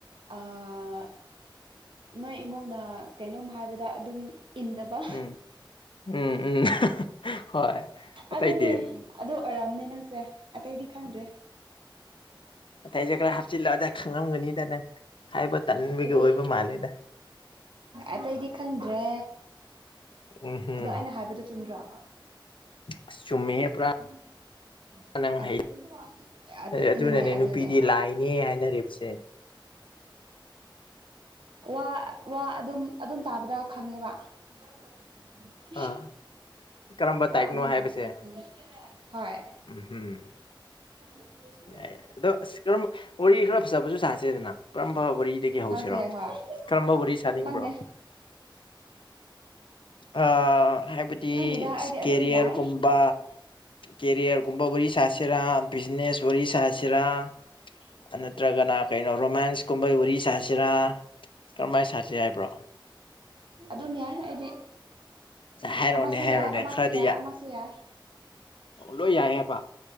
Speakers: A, on the right; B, on the left.
A: ꯑꯥ ꯅꯣꯏ ꯏꯃꯨꯡꯅ ꯀꯩꯅꯣꯝ ꯍꯥꯏꯕꯗ ꯑꯗꯨꯝ ꯏꯟꯗꯕ
B: ꯎꯝ ꯎꯝ ꯎꯝ ꯍꯣꯏ ꯑꯇꯩꯗꯤ
A: ꯑꯗꯨꯗꯤ ꯑꯗꯨ ꯑꯣꯏꯔꯝꯅꯤ ꯅꯪꯁꯦ ꯑꯇꯩꯗꯤ ꯈꯪꯗ꯭ꯔꯦ
B: ꯑꯇꯩꯁꯦ ꯈꯔ ꯍꯥꯞꯆꯤꯜꯂꯛꯑꯗ ꯈꯪꯉꯝꯒꯅꯤꯗ ꯅꯪ ꯍꯥꯏꯕ ꯇꯟꯕꯒꯤ
A: ꯑꯇꯩ
B: ꯑꯣꯏꯕ ꯃꯥꯜꯂꯦꯗ
A: ꯑꯇꯩꯗꯤ ꯈꯪꯗ꯭ꯔꯦ
B: ꯎꯝ ꯍꯝ
A: ꯑꯗꯣ ꯑꯩꯅ ꯍꯥꯏꯕꯗꫭ ꯆꯨꯝꯗ꯭ꯔꯣ
B: ꯑꯁ ꯆꯨꯝꯃꯤꯍꯦ ꯄꯨꯔꯥ
A: <unintelligible>
B: ꯅꯪ ꯍꯩ
A: ꯑꯗꯨꯅꯦ
B: ꯑꯗꯨꯅꯅꯦ ꯅꯨꯄꯤꯗꯤ
A: ꯑꯗꯨꯅꯦ
B: ꯂꯥꯏꯅꯦ ꯍꯥꯏꯅꯔꯤꯕꯁꯦ꯫
A: ꯋꯥ ꯋꯥ ꯑꯗꯨꯝ ꯑꯗꯨꯝ ꯇꯥꯕꯗ ꯈꯪꯉꯦꯕ꯫ <unintelligible>
B: ꯑꯥ ꯀꯔꯝꯕ
A: ꯋꯥ
B: ꯇꯥꯏꯞꯅꯣ
A: ꯑꯗꯨꯝ
B: ꯍꯥꯏꯕꯁꯦ
A: ꯇꯥꯕꯗ ꯈꯪꯉꯦ ꯍꯣꯏ
B: ꯎꯝ
A: <unintelligible>
B: ꯌꯥꯏ ꯌꯥꯏ ꯑꯗꯣ ꯑꯁ ꯀꯔꯝꯕ ꯋꯥꯔꯤ ꯈꯔ ꯐꯖꯕꯁꯨ ꯆꯥꯁꯦꯗꯅ ꯀꯔꯝꯕ ꯋꯥꯔꯤ꯫ ꯁꯤꯗꯒꯤ ꯍꯧꯁꯤꯔꯣ
A: ꯁꯥꯁꯦ ꯍꯣꯏ
B: ꯀꯔꯝꯕꯕꯨꯗꯤ ꯁꯥꯅꯤꯡꯕ꯭ꯔꯣ꯫
A: ꯈꯪꯗꯦ
B: ꯑꯥ ꯍꯥꯏꯕꯗꯤ
A: ꯈꯪꯗꯦꯗ ꯑꯩꯗꯤ ꯑꯗꯨꯝ
B: ꯀꯦꯔꯤꯌꯔꯒꯨꯝꯕ
A: ꯌꯥꯏ
B: ꯀꯦꯔꯤꯌꯔꯒꯨꯝꯕ ꯋꯥꯔꯤ ꯁꯥꯁꯤꯔꯥ꯫ ꯇꯤꯅꯦꯁ ꯋꯥꯔꯤ ꯁꯥꯍꯁꯤ꯭ꯔꯥ꯫ ꯅꯠꯇ꯭ꯔꯒꯅ ꯀꯩꯅꯣ ꯔꯣꯃꯥꯟꯁ ꯀꯨꯝꯕꯩ ꯋꯥꯔꯤ ꯁꯥꯁꯤꯔꯥ ꯀꯔꯝꯍꯥꯏꯅ ꯁꯥꯁꯤ ꯍꯥꯏꯕ꯭ꯔꯣ꯫
A: ꯑꯗꯨꯝ ꯌꯥꯏ ꯑꯩꯗꯤ
B: ꯍꯥꯏꯔꯣꯅꯦ
A: ꯑꯃꯁꯨ
B: ꯍꯥꯏꯔꯣꯅꯦ
A: ꯌꯥꯏ ꯑꯃꯁꯨ
B: ꯈꯔꯗꯤ
A: ꯌꯥꯏ ꯑꯃꯁꯨ ꯌꯥꯏ꯫
B: ꯂꯣꯏ ꯌꯥꯏ ꯍꯥꯏꯕ꯫